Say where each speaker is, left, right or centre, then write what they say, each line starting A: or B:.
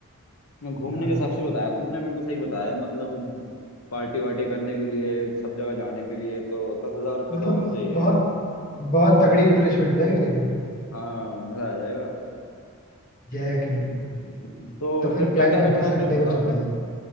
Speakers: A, on the left; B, on the left.
A: ना, घूमने
B: हाँ
A: के हिसाब से बताया तुमने बिल्कुल सही बताया मतलब पार्टी वार्टी करने के लिए सब जगह जाने के लिए तो दस हजार रुपये
B: मतलब
A: तो होने चाहिए
B: बहुत
A: यार
B: बहुत तगड़ी रिफ्रेशमेंट हो जाएगी लेकिन
A: हाँ मजा आ जाएगा
B: ये है कि नहीं
A: तो
B: तो
A: फिर
B: फिर
A: क्या
B: प्लान
A: क्या
B: करते
A: रखना
B: हैं
A: है
B: संडे
A: फिर
B: को
A: बताओ
B: चलते
A: फिर
B: हैं